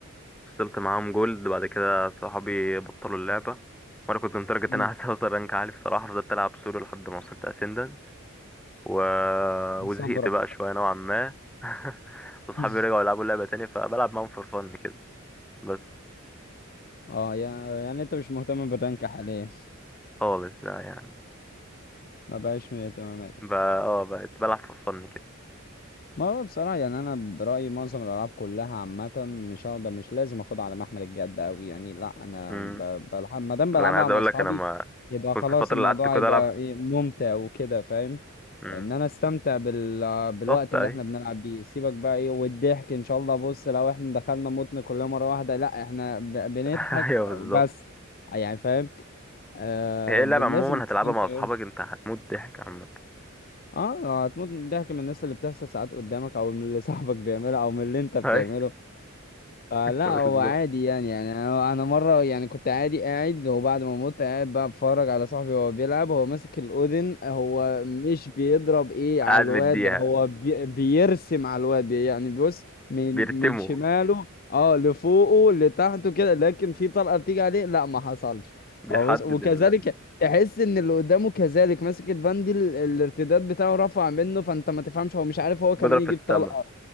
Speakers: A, in the centre; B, on the left.
A: وصلت معاهم جولد بعد كده صحابي بطلوا اللعبة وأنا كنت لدرجة إن
B: مم.
A: أنا <laughs> عايز أوصل رانك عالي بصراحة فضلت ألعب سولو لحد ما وصلت أسندن و... وزهقت
B: صبرك
A: بقى شوية نوعا ما <laughs> وصحابي
B: <laughs>
A: رجعوا يلعبوا لعبة تانية فبلعب معاهم فور فن كده بس
B: اه يعني يعني انت مش مهتم بالرانك حاليا
A: خالص لا يعني
B: <laughs> ما بقاش من اهتماماتك
A: بقى اه بقيت بلعب في فن كده
B: ما هو بصراحة يعني انا برأيي معظم الالعاب كلها عامة مش هقدر مش لازم اخدها على محمل الجد اوي يعني لا انا
A: امم
B: ب- بلعب ما دام
A: لا
B: بلعبها
A: انا عايز اقول
B: مع اصحابي
A: لك انا ما
B: يبقى
A: كنت
B: خلاص
A: الفتره
B: الموضوع
A: اللي قعدت كده
B: هيبقى
A: العب
B: ايه ممتع وكده فاهم
A: امم
B: ان انا استمتع بال... بالوقت
A: بالظبط ايوه
B: اللي احنا بنلعب بيه سيبك بقى ايه والضحك ان شاء الله بص لو احنا دخلنا متن كلنا مرة واحدة لا احنا ب... بنضحك
A: <laughs> ايوه بالظبط
B: بس يعني فاهم آه...
A: هي اللعبه
B: لازم
A: عموما
B: تستمتع
A: هتلعبها مع اصحابك انت هتموت ضحك عامه
B: اه هتموت من الضحك من الناس اللي بتحصل ساعات قدامك او من اللي صاحبك بيعمله او من اللي انت بتعمله
A: ايوه
B: فلا
A: <laughs> بالظبط
B: هو عادي يعني يعني انا أنا مره يعني كنت عادي قاعد وبعد ما مت قاعد بقى بتفرج على صاحبي وهو بيلعب هو ماسك الاودن هو مش بيضرب ايه على
A: قاعد
B: الواد
A: مديها
B: هو بي بيرسم على الواد بي يعني بيبص من
A: بيرسموا
B: من شماله اه لفوقه لتحته كده لكن في طلقه بتيجي عليه لا ما حصلش
A: بيحدد
B: هو بص وكذلك
A: ال...
B: تحس ان اللي قدامه كذلك ماسك الفاندي ال- الارتداد بتاعه رفع منه فانت ما تفهمش هو مش عارف هو
A: بيضرب
B: كمان يجيب
A: في السما
B: طلقه